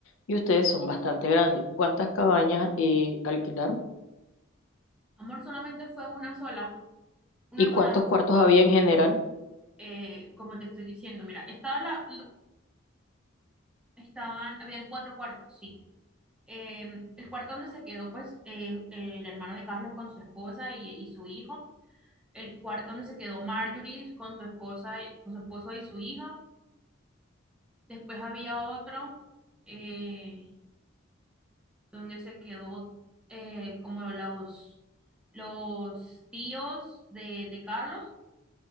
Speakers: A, on the left; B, in the centre.
A: y ustedes son bastante grandes, ¿cuántas cabañas eh, alquilaron?
B: Amor, solamente fue una sola, una
A: ¿Y cuántos
B: sola,
A: cuartos había en general?
B: eh, como te estoy diciendo, mira, estaba la, lo- estaban, habían cuatro cuartos, sí. Eh, el cuarto donde se quedó, pues, eh, el hermano de Carlos con su esposa y, y su hijo. El cuarto donde se quedó Marjorie con su esposa, y- con su esposo y su hijo. Después había otro, eh, donde se quedó eh, como los, los tíos de, de Carlos,